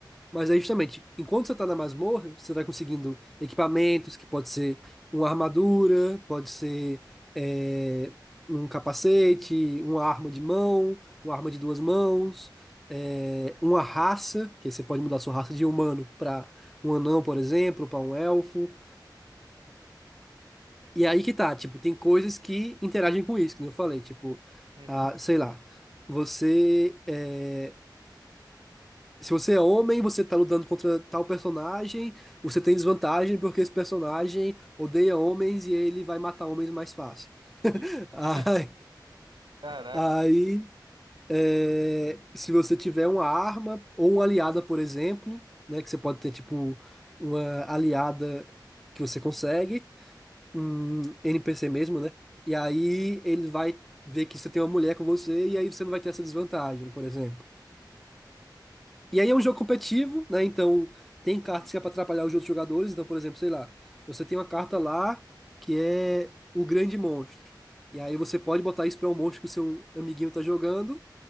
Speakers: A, in the centre; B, on the right.
A: mas aí justamente, enquanto você tá na masmorra, você vai conseguindo equipamentos, que pode ser uma armadura, pode ser é, um capacete, uma arma de mão, uma arma de duas mãos, é, uma raça, que aí você pode mudar sua raça de humano para um anão, por exemplo, para um elfo. E aí que tá, tipo, tem coisas que interagem com isso, que nem eu falei, tipo,
B: Uhum.
A: ah, sei lá, você, é, se você é homem, você tá lutando contra tal personagem, você tem desvantagem porque esse personagem odeia homens e ele vai matar homens mais fácil.
B: Entendi.
A: <laughs> Aí,
B: <laughs> Caraca.
A: aí, é, se você tiver uma arma ou uma aliada, por exemplo, né, que você pode ter, tipo, uma aliada que você consegue, um NPC mesmo, né? E aí ele vai ver que você tem uma mulher com você e aí você não vai ter essa desvantagem, por exemplo. E aí é um jogo competitivo, né? Então tem cartas
B: Hum.
A: que é para atrapalhar os outros jogadores. Então, por exemplo, sei lá, você tem uma carta lá que é o grande monstro. E aí você pode botar isso para um monstro que o seu amiguinho tá jogando